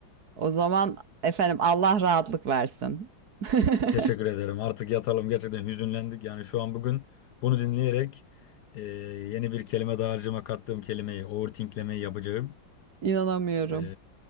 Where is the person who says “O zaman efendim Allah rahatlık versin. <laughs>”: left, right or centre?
Right